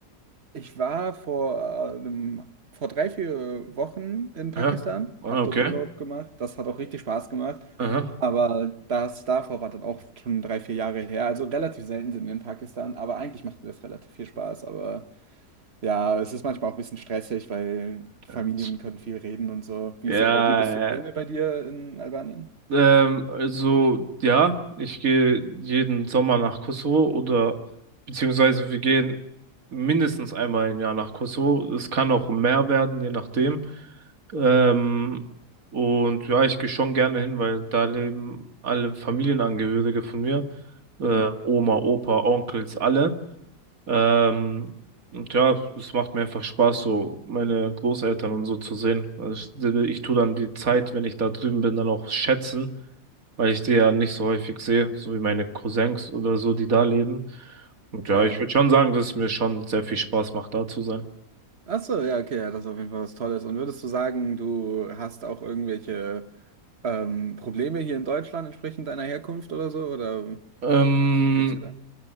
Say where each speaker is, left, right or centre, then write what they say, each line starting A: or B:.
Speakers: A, on the right; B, on the right.
A: Ich war vor äh, einem, vor drei, vier Wochen in Pakistan,
B: Aha. Ah,
A: habe
B: okay.
A: dort Urlaub gemacht. Das hat auch richtig Spaß gemacht.
B: Aha.
A: Aber das davor war dann auch schon drei, vier Jahre her. Also relativ selten sind wir in Pakistan, aber eigentlich macht mir das relativ viel Spaß. Aber ja, es ist manchmal auch ein bisschen stressig, weil Familien
B: Ja,
A: können viel reden und so. Wie
B: ja.
A: ist das bei dir? Bist du gerne
B: äh,
A: bei dir in Albanien?
B: ähm, also ja, ich gehe jeden Sommer nach Kosovo oder beziehungsweise wir gehen mindestens einmal im Jahr nach Kosovo. Es kann auch mehr werden, je nachdem. Ähm, und ja, ich gehe schon gerne hin, weil da leben alle Familienangehörige von mir. Äh,
A: Mhm.
B: Oma, Opa, Onkels, alle. Ähm, und ja, es macht mir einfach Spaß, so meine Großeltern und so zu sehen. Also ich, ich tue dann die Zeit, wenn ich da drüben bin, dann auch schätzen, weil ich die ja nicht so häufig sehe, so wie meine Cousins oder so, die da leben. Und ja,
A: Ja.
B: ich würde schon sagen, dass es mir schon sehr viel Spaß macht, da zu sein.
A: Ach so, ja, okay, ja, das ist auf jeden Fall was Tolles. Und würdest du sagen, du hast auch irgendwelche ähm, Probleme hier in Deutschland entsprechend deiner Herkunft oder so? Oder
B: Ähm,
A: geht's dir da?